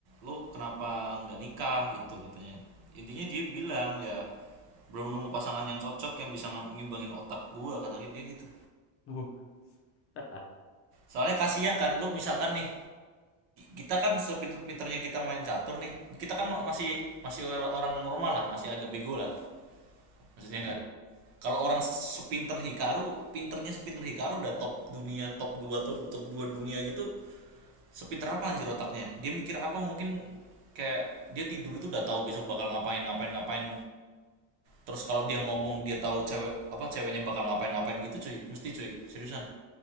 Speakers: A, on the right; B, on the left.
A: Lo kenapa nggak nikah gitu katanya. Intinya dia bilang ya belum nemu pasangan yang cocok yang bisa ngimbangin otak gua kata dia gitu.
B: Uh. <laughs>
A: Soalnya kasihan kan, lo misalkan nih kita kan sepinter-pinternya kita main catur nih kita kan masih masih orang normal lah masih agak bego lah maksudnya
B: Iya,
A: kan kalau orang sepinter Hikaru pinternya sepinter Hikaru udah top dunia top dua top top 2 dunia gitu sepinter apa anjir otaknya dia mikir apa mungkin kayak dia tidur itu udah tahu besok bakal ngapain ngapain ngapain terus kalau dia
B: eh,
A: ngomong
B: iya sih.
A: dia tahu cewek apa ceweknya bakal ngapain ngapain gitu cuy mesti cuy seriusan